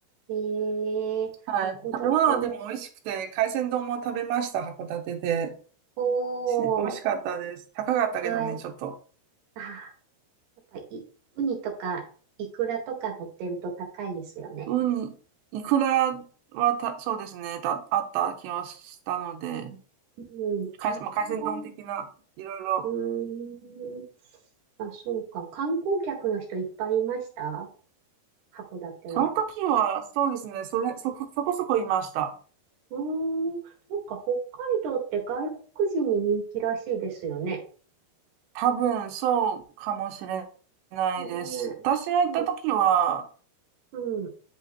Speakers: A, on the right (about 70°); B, on the right (about 85°).
A: えー、
B: はい。
A: 函館は、
B: 食べ物はでも美味しくて、海鮮丼も食べました、函館で。
A: お
B: し、美味しかったです。
A: ー、
B: 高かったけどね、
A: はい、
B: ちょっと。
A: あ、やっぱり、ウニとか、イクラとか乗ってると高いですよね。
B: ウニ、イクラはた、そうですね、だ、あった気はしたので、
A: うん、海鮮丼、
B: 海鮮、まあ、海鮮丼的な、いろいろ。
A: うーん、あ、そうか。観光客の人いっぱいいました函館は。
B: その時は、そうですね、それ、そこ、そこそこいました。
A: うーん、なんか北海道って外国人に人気らしいですよね。
B: 多分、そうかもしれないです。
A: ね、
B: 私が行った時は、
A: うん、うん、